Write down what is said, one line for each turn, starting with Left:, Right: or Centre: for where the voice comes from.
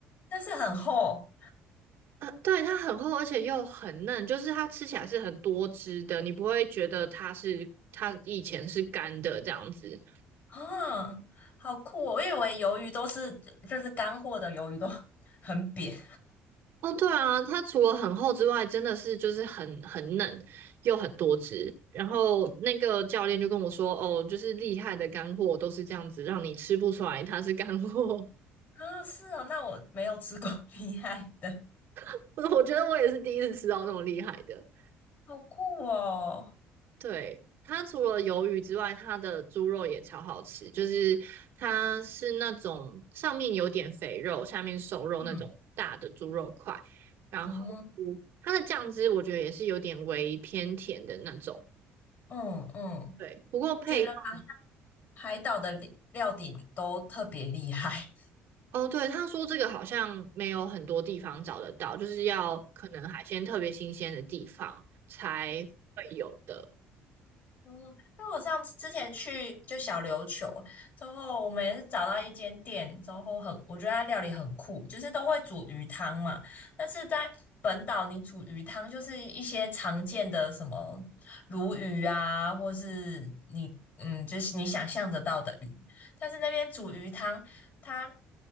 Left: 但是很厚
Right: 呃，对，它很厚，而且又很嫩，就是它吃起来是很多汁的，你不会觉得它是它以前是干的这样子。
Left: 啊，好酷哦！因为我以为鱿鱼都是就是干货的鱿鱼都 <laughs> 很扁
Right: 哦，对啊，它除了很厚之外，真的是就是很很嫩，又很多汁。然后那个教练就跟我说，哦，就是厉害的干货都是这样子，让你吃不出来它是干货。
Left: 啊，是哦，那我没有吃过 <laughs>，厉害的，
Right: <laughs> 我觉得我也是第一次吃到那种厉害的。
Left: 好酷哦！
Right: 对，它除了鱿鱼之外，它的猪肉也超好吃，就是它是那种上面有点肥肉，下面瘦肉那种大的猪肉块，
Left: 嗯
Right: 然后
Left: 嗯
Right: 它的酱汁我觉得也是有点微偏甜的那种。
Left: 嗯嗯，
Right: 对，不过配方
Left: 觉得海岛的料底都特别厉害。
Right: 哦，对，他说这个好像没有很多地方找得到，就是要可能海鲜特别新鲜的地方才会有的。
Left: 嗯，因为我上次之前去就小琉球之后，我们也是找到一间店之后很，我觉得它料理很酷，就是都会煮鱼汤嘛。但是在本岛，你煮鱼汤就是一些常见的什么鲈鱼啊，或是你嗯，就是你想象得到的鱼。但是那边煮鱼汤，它